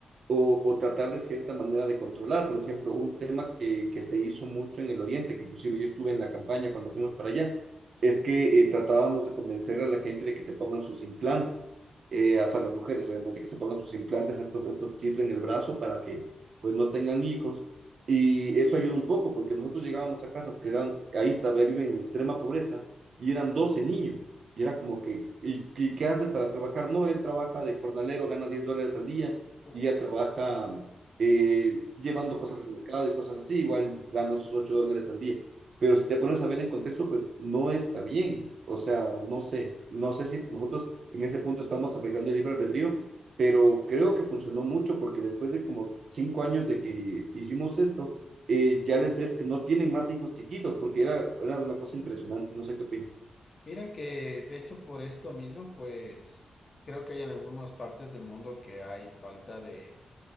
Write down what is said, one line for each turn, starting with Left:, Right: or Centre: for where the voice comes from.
Right: o, o tratar de cierta manera de controlar, por ejemplo, un tema que, que se hizo mucho en el Oriente, que inclusive yo estuve en la campaña cuando fuimos para allá, es que eh, tratábamos de convencer a la gente de que se pongan sus implantes eh, hasta las mujeres, obviamente, que se pongan sus implantes, estos, estos chips en el brazo para que pues no tengan hijos. Y eso ayuda un poco, porque nosotros llegábamos a casas que eran, ahí está, viven en extrema pobreza, y eran 12 niños. Y era como que, ¿y, y qué hace para trabajar? No, él trabaja de jornalero, gana 10 dólares al día,
Left: Uf,
Right: y ella trabaja eh, llevando
Left: déjame
Right: cosas
Left: ver.
Right: al mercado y cosas así, igual gana sus 8 dólares al día pero si te pones a ver en contexto, pues no está bien. O sea, no sé, no sé si nosotros en ese punto estamos afectando el libre albedrío, pero creo que funcionó mucho porque después de como cinco años de que hicimos esto, eh, ya les ves que no tienen más hijos chiquitos porque era, era una cosa impresionante. No sé qué opinas.
Left: Mira que de hecho por esto mismo, pues creo que hay en algunas partes del mundo que hay falta de